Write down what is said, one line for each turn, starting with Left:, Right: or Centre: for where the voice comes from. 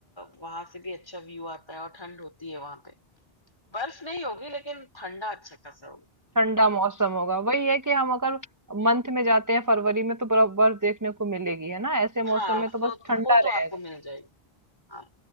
Left: वहां से भी अच्छा व्यू आता है और ठंड होती है वहां पे बर्फ नहीं होगी लेकिन ठंडा अच्छा खासा होगा
Right: ठंडा मौसम होगा वही है कि हम अगर मंथ में जाते हैं फरवरी में तो बर्फ बर्फ देखने को मिलेगी है ना ऐसे
Left: हाँ
Right: मौसम में
Left: वो
Right: तो बस
Left: तो,
Right: ठंडा
Left: वो
Right: रहेगा
Left: तो आपको मिल जाएगी हाँ